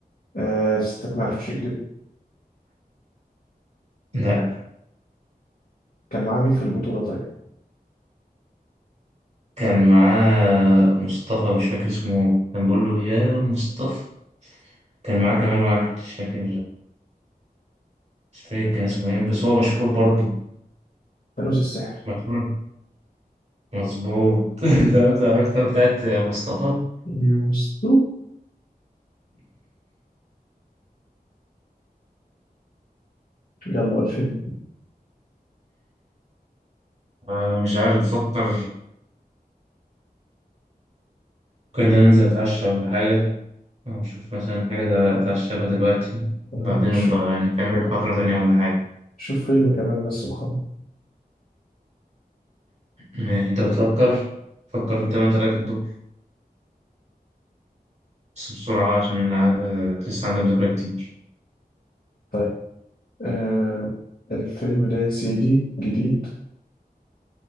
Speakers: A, on the left (about 55°); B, on the right (about 45°).
A: آه ستات ما يعرفوش يكذبوا
B: لا
A: كان معاه مين في البطولة طيب؟
B: كان معاه مصطفى مش فاكر اسمه كان بيقول له يا مصطفى كان معاه كمان واحد مش فاكر مش فاكر كان اسمه ايه بس هو مشهور برضه
A: فانوس السحر
B: مشهور مظبوط <laughs> انت عرفت عرفت بتاعت مصطفى <laughs>
A: يوسف يلا الفيلم
B: آه، مش عارف بفكر ممكن ننزل أتعشى ولا حاجة أو نشوف مثلا حاجة أتعشى بها دلوقتي
A: آه،
B: وبعدين
A: شو-
B: نبقى نكمل فترة تانية ولا حاجة
A: شوف فيلم كمان بس وخلاص
B: ماشي، أنت بتفكر فكر أنت ما أنت راكب الدور بس بسرعة بقى عشان أنا- آه، لسه عندي مذاكرة كتير
A: طيب آه الفيلم ده يا سيدي جديد